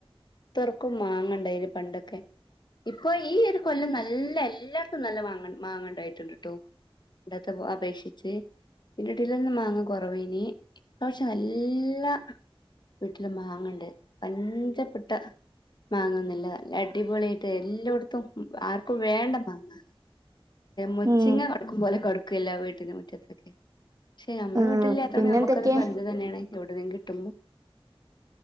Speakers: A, on the left (about 50°); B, on the right (about 35°).
A: തർക്കും മാങ്ങണ്ടായിലും പണ്ടൊക്കെ ഇപ്പൊ ഈ ഒരു കൊല്ലം നല്ല എല്ലാടത്തും നല്ല മാങ്ങ മാങ്ങണ്ടായിട്ടുണ്ട് ട്ടോ പണ്ടത്തെ അപേക്ഷിച്ച് ഇതിന്റെ ഇടയിലൊന്ന് മാങ്ങ കുറവേനി ഇാപ്രാവശ്യം എല്ലാ വീട്ടിലും മാങ്ങണ്ട് പഞ്ചപ്പെട്ട മാങ്ങന്നല്ല നല്ല അടിപൊളിട്ട് എല്ലായിടത്തും ആർക്കും വേണ്ട മാങ്ങ മുച്ചിങ്ങ
B: ഉം
A: കടക്കും പോലെ കടക്കും ല്ല വീട്ടിന്റെ മുറ്റത്തൊക്കെ പക്ഷെ നമ്മടെ
B: ഉം
A: വീ ട്ടില്ലാത്തുകൊണ്ട്
B: പിന്നെന്തൊക്കെ
A: നമുക്കതൊരു പലതു തന്നെയാണ് എവിടെതെങ്ങും കിട്ടുമ്പോ